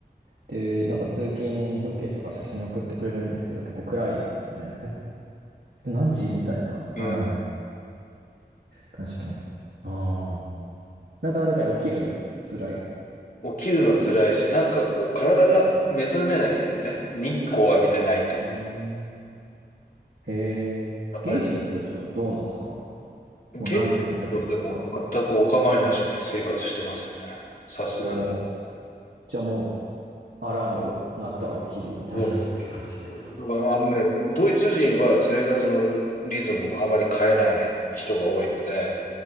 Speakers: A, on the right; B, on the left.
A: で、なんか通勤風景とか写真送ってくれるんですけど、結構暗いですね。え、何時みたいな。はい。
B: うん
A: 確かに。ああ。なかなかじゃあ起きるの辛い。
B: 起きるの辛いし、なんかこう、体が目覚めないよね。
A: うん。
B: 日光浴びてないと。
A: うーんへえ。
B: だから、
A: 現地の人たちはどうなんですか
B: 現地はでも全くお構いなしに生活してますよね。
A: もう慣れ、慣れてるっていうか、うん
B: さすがに。
A: おーじゃあもうアラーム鳴ったら起きるみたいな、
B: そうそ
A: <laughs> そういう感じってこと。
B: うだからあのね、ドイツ人は生活のリズムをあまり変えない人が多いので、